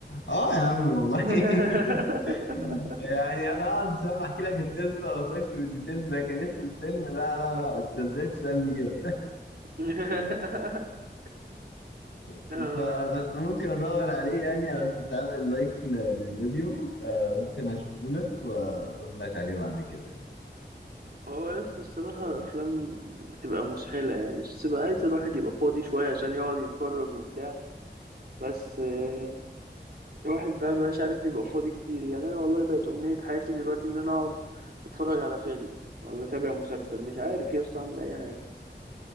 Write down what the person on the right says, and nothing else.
<laughs>
<laughs>
آه
هو يس الصراحة أفلام بتبقى مسحلة يعني بس بتبقى عايز الواحد يبقى فاضي شوية عشان يقعد يتفرج وبتاع بس آه الواحد بقى مبقاش عارف يبقى فاضي كتير يعني أنا والله بقت أمنية حياتي دلوقتي إن أنا أقعد أتفرج على فيلم ولا أتابع مسلسل مش عارف يا اسطى أعمل أي حاجة